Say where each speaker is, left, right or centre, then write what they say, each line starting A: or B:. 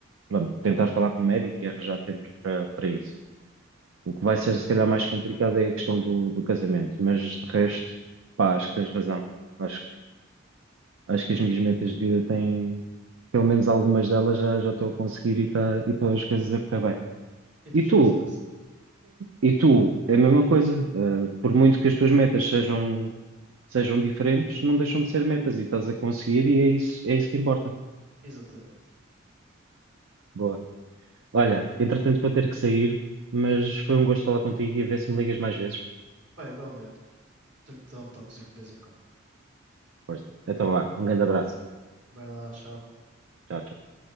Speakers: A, on the right (about 80°); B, on the right (about 60°).
A: pronto, tentar falar com o médico e arranjar tempo para para isso. O que vai ser se calhar mais complicado é a questão do, do casamento, mas de resto, pá, acho que tens razão. Acho, que- acho que as minhas metas de vida têm, pelo menos algumas delas já, já estou a conseguir e está e estão as coisas a correr bem.
B: E tens
A: E tu?
B: de pensar assim.
A: E tu? É a mesma coisa. Eh, por muito que as tuas metas sejam, sejam diferentes, não deixam de ser metas e estás a conseguir e é isso, é isso que importa.
B: Exatamente.
A: Boa. Olha, entretanto vou ter que sair, mas foi um gosto falar contigo e a ver se me ligas mais vezes.
B: Bem, igualmente. Tenho que te dar um toquezinho de vez em quando.
A: Força. Então vá, um grande abraço.
B: Vai lá, tchau.
A: Tchau, tchau.